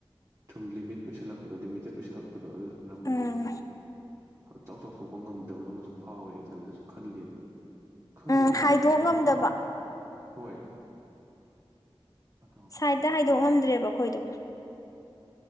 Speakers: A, on the right; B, on the left.
A: ꯁꯨꯝ ꯂꯤꯃꯤꯠ ꯑꯣꯏꯁꯜꯂꯛꯄꯗꯣ ꯂꯤꯃꯤꯇꯦꯠ ꯑꯣꯏꯁꯜꯂꯛꯄ ꯗꯣ ꯑꯗꯨꯗꯨꯅ ꯑꯩꯈꯣꯏꯁꯦ
B: ꯎꯝ
A: ꯆꯥꯎ ꯆꯥꯎꯊꯣꯛ ꯑꯣꯉꯝꯗ ꯐꯥꯎꯋꯦ ꯏꯊꯟꯗꯁꯨ ꯈꯜꯂꯤ ꯑꯗꯣ ꯈꯪꯗꯦꯅꯦꯍꯦ
B: ꯎꯝ ꯍꯥꯏꯗꯣꯛ
A: ꯀꯩꯅꯣ ꯇꯧ
B: ꯉꯝꯗꯕ
A: ꯍꯣꯏ ꯑꯗꯣ
B: ꯁꯥꯏꯗꯠꯇ
A: ꯀꯩꯅꯣ
B: ꯍꯥꯏꯗꯣꯛ
A: ꯇꯧꯕꯅ
B: ꯉꯝꯗ꯭ꯔꯦꯕ ꯑꯩꯈꯣꯏꯗꯣ